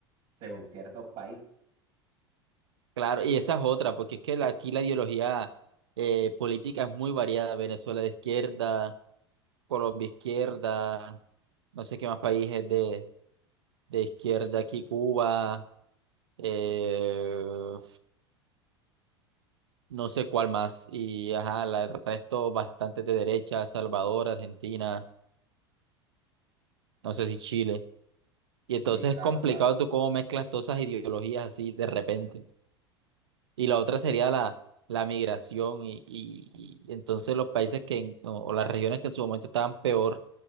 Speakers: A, on the right; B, on the right.
A: según ciertos países.
B: Claro, y esa es otra, porque es que la- aquí la ideología eh, política es muy variada, Venezuela de izquierda, Colombia izquierda, no sé qué más países de... de izquierda aquí Cuba, eh, no sé cuál más, y ajá, la- el resto bastante de derecha, Salvador, Argentina, no sé si Chile. Y entonces
A: Sí, claro,
B: es complicado
A: claro.
B: tú cómo mezclas todas esas ideologías así de repente. Y la otra sería la, la migración y, y, y entonces los países que, en- o, o las regiones que en su momento estaban peor,